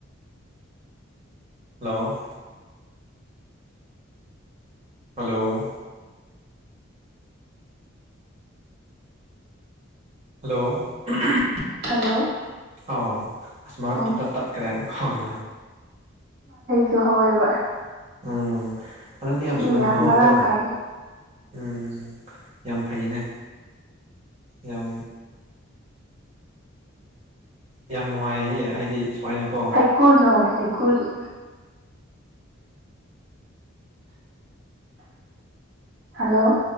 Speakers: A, on the right; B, on the right.
A: ꯍꯜꯂꯣ ꯍꯜꯂꯣ ꯍꯜꯂꯣ <unintelligible>
B: ꯍꯜꯂꯣ
A: ꯑ ꯑꯁ ꯃꯔꯛꯇ
B: ꯑꯣ
A: ꯇꯠꯈ꯭ꯔꯦ ꯑꯩꯣꯟꯅ
B: ꯁꯨꯨꯍꯧꯕ
A: ꯎꯝ ꯑꯗꯨꯗꯤ ꯌꯥꯝ ꯁꯨꯅ
B: ꯃꯌꯥꯝ
A: ꯍꯥꯎꯋꯤꯀꯣ
B: ꯃꯔꯥꯡ ꯀꯥꯏ
A: ꯎꯝ ꯌꯥꯝ ꯐꯩꯅꯦ ꯌꯥꯝ ꯌꯥꯝ ꯅꯨꯡꯉꯥꯏꯌꯦ ꯍꯥꯏꯗꯤ ꯁꯨꯃꯥꯏꯅꯀꯣ
B: ꯍꯨꯀꯔꯨꯖꯨ ꯍꯩꯋ‌ꯦ ꯍꯩꯀꯔꯨꯖꯨ ꯍꯜꯂꯣ